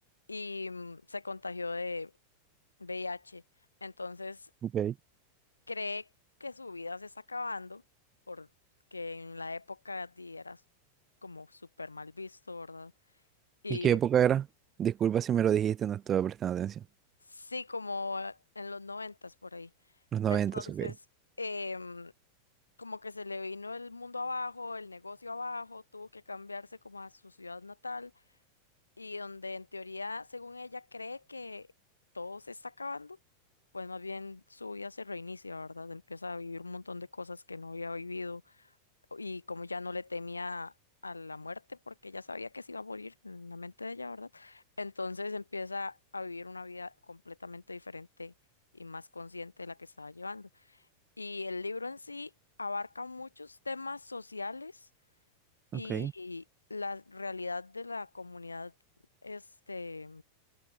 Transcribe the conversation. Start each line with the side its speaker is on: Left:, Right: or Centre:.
Left: y mm, se contagió de V I H Entonces,
Right: Ok.
Left: cree que su vida se está acabando porque en la época di, era como súper mal visto, ¿verdad? Y
Right: ¿Y qué época era? Disculpa si me lo dijiste, no estuve prestando atención.
Left: sí, como en los noventas por ahí.
Right: Los noventas,
Left: Entonces,
Right: ok.
Left: em, como que se le vino el mundo abajo, el negocio abajo, tuvo que cambiarse como a su ciudad natal y donde en teoría, según ella, cree que todo se está acabando, pues más bien su vida se reinicia, ¿verdad? Empieza a vivir un montón de cosas que no había vivido y como ya no le temía a la muerte porque ya sabía que se iba a morir en la mente de ella, ¿verdad? Entonces empieza a vivir una vida completamente diferente y más consciente de la que estaba llevando. Y el libro en sí abarca muchos temas sociales y
Right: Ok.
Left: la realidad de la comunidad este,